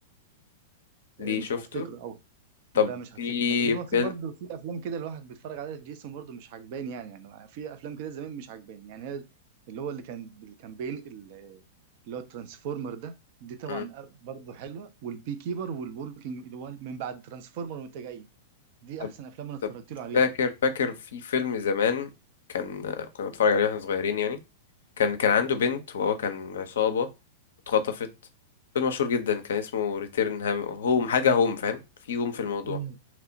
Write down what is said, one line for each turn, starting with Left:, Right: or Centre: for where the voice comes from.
Left: ليه
Right: إيه مش
Left: شفته
Right: هفتكره قوي لا
Left: طب
Right: مش
Left: في
Right: هفتكره لان هو في
Left: فيلم
Right: برضه في افلام كده الواحد بيتفرج عليها جيسون برضه مش عجباني يعني يعني في افلام كده زمان مش عجباني يعني هي اللي هو اللي كان اللي كان بينقل اللي هو الترانسفورمر ده دي طبعا
Left: مم.
Right: برضه حلوه والبي كيبر والوركينج اللي هو من بعد ترانسفورمر وانت جاي دي
Left: طب
Right: احسن افلام انا اتفرجت
Left: طب
Right: له عليهم
Left: فاكر فاكر في فيلم زمان كان كنا بنتفرج عليه واحنا صغيرين يعني كان كان عنده بنت وهو كان عصابة اتخطفت فيلم مشهور جدا كان اسمه ريتيرن هام هوم حاجة هوم فاهم في هوم في الموضوع
Right: امم